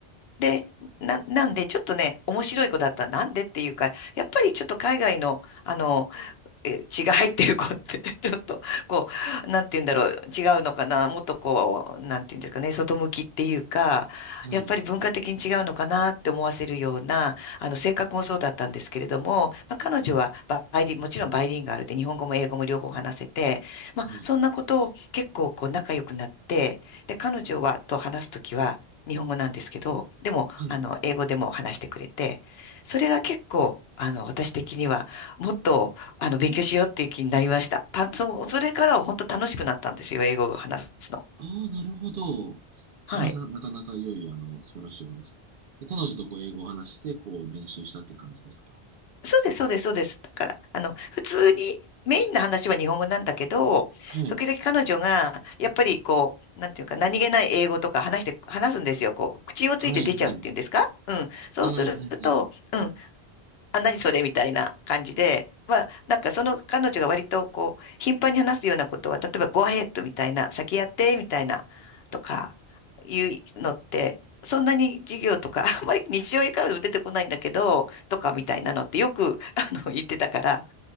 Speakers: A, on the left; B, on the right.
A: で、な、なんで、ちょっとね、面白い子だった。なんでっていうか、やっぱりちょっと海外の、あの、え <laughs> 血が入ってる子って <laughs> ちょっと、こう、なんて言うんだろう、違うのかな、もっとこう、なんて言うんですかね、外向きっていうか、
B: はい、
A: やっぱり文化的に違うのかなって思わせるような、あの、性格もそうだったんですけれども、まあ、彼女はバイリン、もちろんバイリンガルで日本語も英語も両方話せて、まあ、
B: はい、
A: そんなことを結構こう仲良くなって、で、彼女はと話すときは日本語なんですけど、でも、
B: はい。
A: あの、英語でも話してくれて、それが結構、あの、私的には、もっとあの、勉強しようっていう気になりました。た、そう、それからは本当楽しくなったんですよ、英語を話すの。
B: ああ、なるほど。それはな、
A: はい。
B: なかなか良い、あの、素晴らしいお話です。で、彼女とこう英語を話して、こう練習したって感じですか
A: そうです、そうです、そうです。だから、あの、普通に、メインの話は日本語なんだけど、
B: はい、
A: 時々彼女が、やっぱりこう、なんていうか、何気ない英語とか話して、話すんですよ。こう、口をついて出ちゃうっていうんですかうん。
B: はい、はい。
A: そうすると、
B: ああ、はい、はい。
A: うん。あ、何それみたいな感じで、まあ、なんかその彼女が割とこう、頻繁に話すようなことは、例えば、go ahead みたいな、先やって、みたいな、とか、いうのって、そんなに授業とか、<laughs> あんまり日常からも出てこないんだけど、とかみたいなのってよく <laughs>、あの、言ってたから、